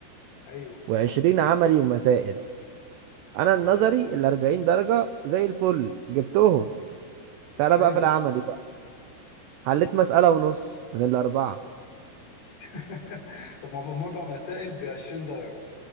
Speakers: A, on the left; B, on the right.
A: ايوه
B: و20 عملي ومسائل انا النظري
A: آه.
B: ال 40 درجه زي الفل جبتهم
A: طب
B: تعالى
A: حلو
B: بقى في العملي بقى حليت مساله ونص من الاربعه
A: <laughs> طب ما هم اربع مسائل ب 20 درجه